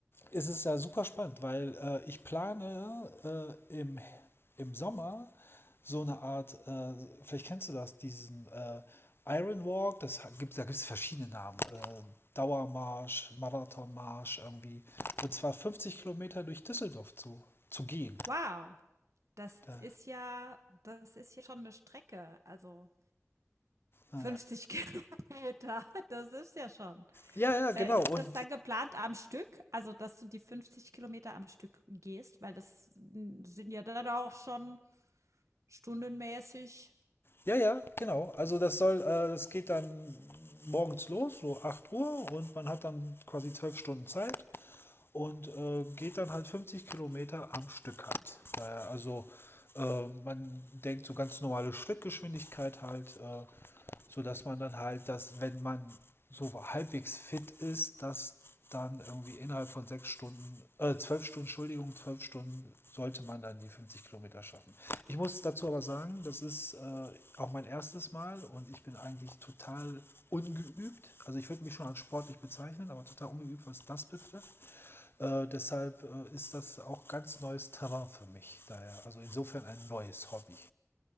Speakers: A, on the left (about 45°); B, on the right (about 75°).
A: es ist es ja super spannend, weil äh, ich plane äh, im, im Sommer so eine Art, äh, vielleicht kennst du das, diesen äh, Iron Walk, das ha- gibt, da gibt es verschiedene Namen. Äh, Dauermarsch, Marathonmarsch irgendwie. Und zwar 50 Kilometer durch Düsseldorf zu, zu gehen.
B: Wow, das
A: Da,
B: ist ja das ist ja schon eine Strecke, also
A: äh,
B: 50 <laughs> Kilometer, das ist ja schon.
A: ja, ja, genau.
B: Äh, ist
A: Und
B: das dann geplant am Stück? Also, dass du die 50 Kilometer am Stück gehst, weil das, hm, sind ja dann auch schon stundenmäßig
A: ja, ja, genau. Also das soll, äh, das geht dann morgens los, so 8 Uhr und man hat dann quasi 12 Stunden Zeit. und äh, geht dann halt 50 Kilometer am Stück halt. Äh, also äh, man denkt so ganz normale Schrittgeschwindigkeit halt, äh, sodass man dann halt, dass wenn man so halbwegs fit ist, dass dann irgendwie innerhalb von sechs Stunden, äh, zwölf Stunden, Entschuldigung, zwölf Stunden sollte man dann die 50 Kilometer schaffen. Ich muss dazu aber sagen, das ist äh, auch mein erstes Mal und ich bin eigentlich total ungeübt. Also ich würde mich schon als sportlich bezeichnen, aber total ungeübt, was das betrifft. Äh, deshalb äh, ist das auch ganz neues Terrain für mich. Daher, also insofern ein neues Hobby.